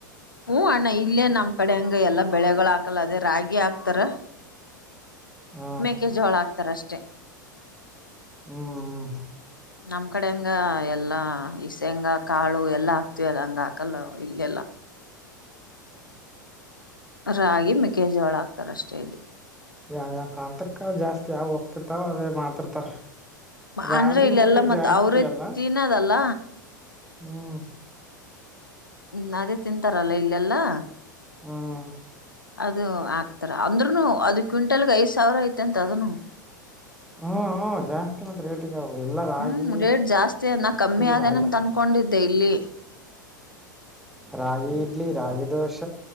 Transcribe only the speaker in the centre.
ಹ
ಹ್ಮ್ ಹ್ಮ್
<unintelligible>
ಯ ಯಾವ ಪ್ರಾಂತಕ್ಕ ಜಾಸ್ತಿ ಯಾವ ಹೋಗ್ತಿರ್ತಾವ ಅವೇ ಮಾಡ್ತಿರ್ತಾರ ರಾಗಿ
ಮುದ್ದೆ
ಜಾಸ್ತಿ
ಅಲ್ಲ
ಹ್ಮ್
ಹ್ಮ.
ಹ್ಮ ಜಾಸ್ತಿ ಮತ್. ಅವು ಎಲ್ಲಾ ರಾಗಿ
ರಾಗಿ
ರಾಗಿ ಇಡ್ಲಿ ರಾಗಿ ದೋಷ